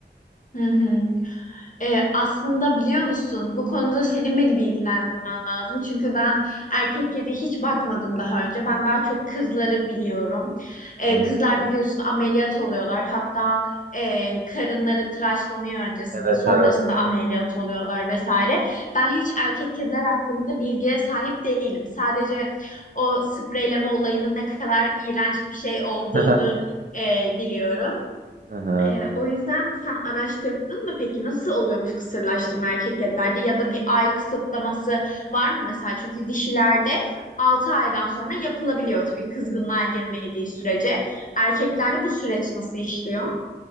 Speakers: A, on the left; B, on the right.
A: Hı hı. Ee, aslında biliyor musun bu konuda senin beni bilgilendirmen lazım. Çünkü ben erkek kedi hiç bakmadım daha önce. Ben daha çok kızları biliyorum. Ee,
B: Anladım.
A: kızlar biliyorsun ameliyat oluyorlar. Hatta e, karınları tıraşlanıyor öncesinde,
B: Evet
A: sonrasında
B: evet.
A: ameliyat
B: evet.
A: oluyorlar vesaire. Ben hiç erkek kediler hakkında bilgiye sahip değilim. Sadece o spreyleme olayının ne kadar iğrenç bir şey olduğunu
B: <laughs>
A: e, biliyorum.
B: Hı hı.
A: Ee, o yüzden sen araştırdın mı peki nasıl oluyormuş kısırlaştırma erkek kedilerde ya da bir ay kısıtlaması var mı mesela? Çünkü dişilerde 6 aydan sonra yapılabiliyor tabii kızgınlığa girmediği sürece. Erkeklerde bu süreç nasıl işliyor?